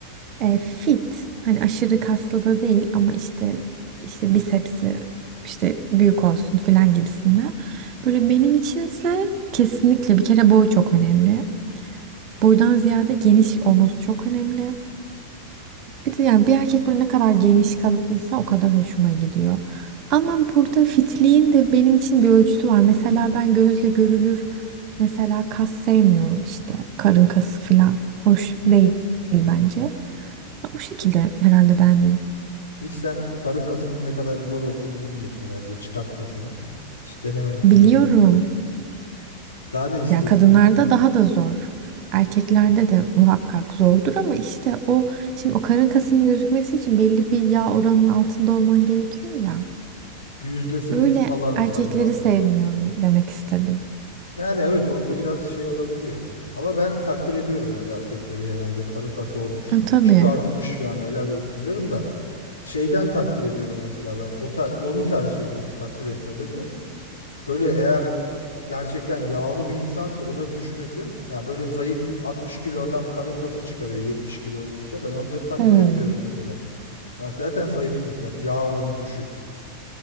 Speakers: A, on the right; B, on the left.
A: e, fit hani aşırı kaslı da değil ama işte işte bisepsi işte büyük olsun falan gibisinden. Böyle benim içinse kesinlikle bir kere boy çok önemli. Boydan ziyade geniş omuz çok önemli. Bir de yani bir erkek böyle ne kadar geniş kalıplıysa o kadar hoşuma gidiyor. Ama burada fitliğin de benim için bir ölçüsü var. Mesela ben gözle görülür mesela kas sevmiyorum işte karın kası falan. Hoş değil bence. O şekilde herhalde ben de.
B: Hiç sen karın kasının ne kadar zor olduğunu bilmiyorsun herhalde çıkartmasını. Hiç denememişsin
A: Biliyorum.
B: onu. <laughs> Daha ne istiyorsun?
A: Ya kadınlarda daha da zor. Erkeklerde de muhakkak zordur ama işte o şimdi o karın kasının gözükmesi için belli bir yağ oranının altında olman gerekiyor ya.
B: <laughs> Yüzde sekiz
A: Öyle
B: falan
A: erkekleri
B: galiba onun.
A: sevmiyorum demek istedim.
B: Yani evet orada biraz şey olabiliyor. Ama ben takdir ediyorum öyle erkekleri genelde karın kası olmuş,
A: E, tabii.
B: çıkartmış yani helal olsun diyorum da şeyden takdir ediyorum mesela ben o ta- onu tercih ediyorum takdir etmede de. Böyle eğer gerçekten yağlı bir insansa ona düşmesi ya böyle zayıf 60 kilo adam karın kası çıkarıyor 70 kilo olunca ben onları takdir
A: Hmm.
B: etmiyorum mesela. Ben zaten zayıfsın sen yağ oranın düşük.